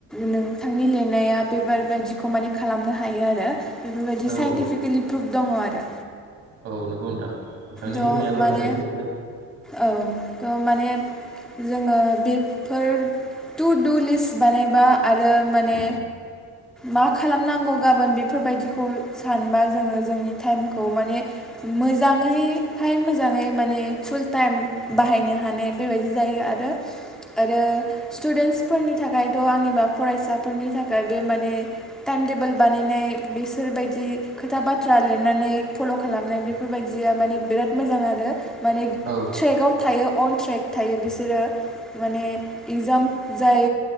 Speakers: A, in the centre; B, on the right.
A: नोंथांनि लेनाया बेबारबायदिखौ माने खालामनो हायो आरो बेफोरबायदि
B: औ
A: साइन्टिफिकेलि
B: औ
A: प्रुभ दंङ आरो
B: औ नंगौ नोंथां नोंथांनि
A: द'
B: बुंनायाबो
A: माने
B: थारैनो सैथो
A: औ थह माने जोङो बेफोर टु दु लिस्ट बानायबा आरो माने मा खालामनांगौ गाबोन बेफोरबायदिखौ सानबा जोङो जोंनि टाइमखौ माने मोजाङैहाय मोजाङै माने फुल टाइम बाहायनो हानाय बेबायदि जायो आरो आरो स्टुडेन्सफोरनि थाखायथ' आंनिबा फरायसाफोरनि थाखाय बे माने माने टाइम टेबोल बानायनाय बेसोरबायदि खोथा बाथ्रा लिरनानै फल' खालामनाय बेफोरबायदिया माने बिराद मोजां आरो माने
B: औ
A: ट्रेकआव थायो अन ट्रेक थायो बिसोरो माने एगजाम जाय